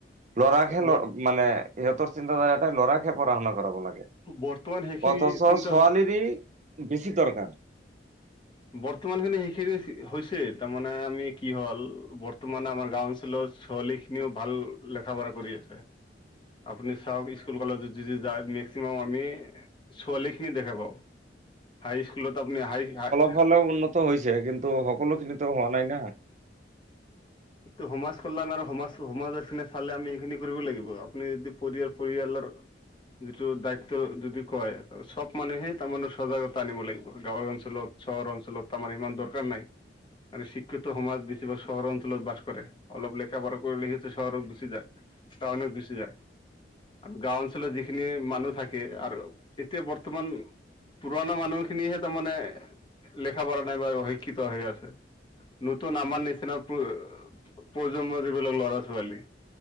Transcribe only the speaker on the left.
ব
বৰ্তমান সেইখিনি
চিন্তা
বৰ্তমান খিনি সেইখিনি হৈছে তাৰমানে আমি কি হল বৰ্তমান আমাৰ গাওঁ অঞ্চলত- ছোৱালীখিনিও ভাল লেখা পঢ়া কৰি আছে। আপুনি চাওঁক স্কুল কলেজত যদি যায় মেক্সিমাম আমি ছোৱালী খিনি দেখা পাওঁ। হাই স্কুলত আপুনি হাই হাই-
টো সমাজ খন- বান আৰু সমাজ সমাজৰখিনি চালে আমি সেইখিনি কৰিব লাগিব আপুনি যদি পৰিয়াল পৰিয়ালৰ- যিটো দায়িত্ব যদি কয় সব মানুহে তাৰমানে চজাগতা আনিব লাগিব গাঁৱৰ অঞ্চলত। চহৰ অঞ্চলত তাৰমানে ইমান দৰকাৰ নাই। মানে চিক্ষিত সমাজ বেছিভাগ চহৰ অঞ্চলত বাস কৰে অলপ লেখা পঢ়া কৰিলে সেতো চহৰত গুছি যায়। তাওনত গুছি যায়। আৰু গাঁও অঞ্চলত যিখিনি মানুহ থাকে আৰু এতিয়া বৰ্তমান- পুৰণা মানুহখিনিহে তাৰমানে লেখা পঢ়া নাই বা অশিক্ষিত হৈ আছে। নতুন আমাৰ নিচিনা প্ৰ প্ৰজন্ম যিবিলাক ল'ৰা ছোৱালী।